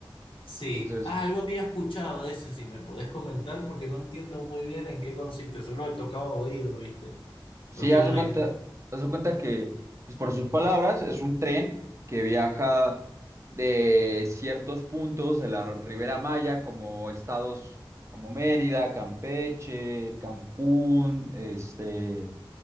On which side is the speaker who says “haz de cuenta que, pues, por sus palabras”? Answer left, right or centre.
Right